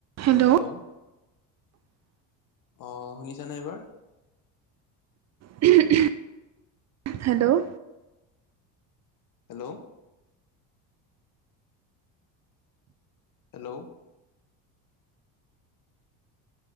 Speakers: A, on the right (about 40°); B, on the left (about 50°).
A: Hello
B: hello অ শুনিছা নাই এইবাৰ?
A: <unintelligible> Hello
B: hello. হেল্ল'।